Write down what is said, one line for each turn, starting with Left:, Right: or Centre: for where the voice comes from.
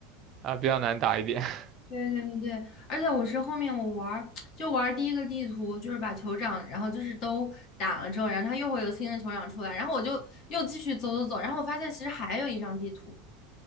Right: 啊、比较难打一点。<laughs>
Left: 对对对对，而且我是后面我玩儿就玩儿第一个地图，就是把酋长，然后就是都打了之后，然后他又会有新的酋长出来，然后我就又继续走走走，然后我发现其实还有一张地图，